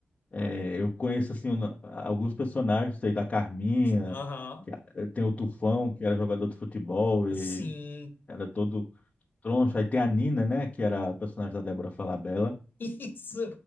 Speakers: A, on the left; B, on the left.
A: É, eu conheço assim um- alguns personagens, sei da Carminha,
B: Aham.
A: que- a- tem o Tufão, que era jogador de futebol e
B: Sim.
A: era todo Troncho. Aí tem a Nina, né? Que era a personagem da Débora Falabella.
B: Isso.